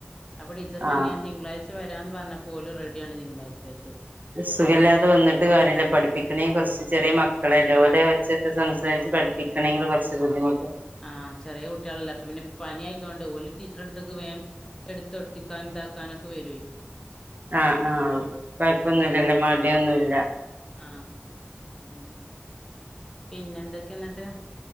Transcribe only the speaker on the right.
ആ
സുഖല്ലാതെ വന്ന്ട്ട് കാര്യല്ല പഠിപ്പിക്കണേ കൊറച്ച് ചെറിയ മക്ക് ക്കളെല്ലെ
ഓലെ ഒച്ചട്ട് സംസ് താക്കി പഠിപ്പിക്കണെങ്കി കൊറച്ച് ബുദ്ധിമു
ആഹ് ആഹ് കൊഴപ്പൊന്നും
ഇല്ലല്ല മാ ല്ല ന്നുല്ല